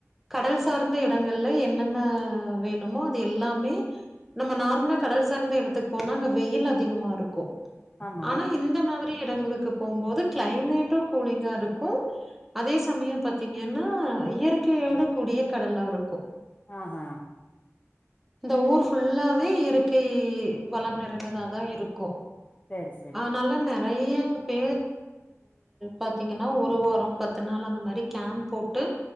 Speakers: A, in the centre; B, on the left (about 25°).
A: கடல் சார்ந்த எடங்கள்ல என்னென்ன வேணுமோ அது எல்லாமே நம்ம நார்மலா கடல் சார்ந்த எடத்துக் போனா அங்க வெயில் அதிகமா இருக்கு
B: ஆமா
A: ஆனா இந்த மாதிரி இடங்களுக்கு போம்போது கிளைமேட்டு கூலிங்கா இருக்கு அதே சமய பாத்தீங்கன்னா இயற்கையோட கூடிய கடல்லா இருக்கு
B: ஆஹா
A: இந்த ஊர் ஃபுல்லாவே இயற்கை வளம் நிறைந்ததாதா இருக்கு
B: சரி சரி
A: ஆனால நெறைய பே பாத்தீங்கன்னா ஒரு வாரோ பத்து நாள் அந்த மாரி கேம்ப் போ ட்டு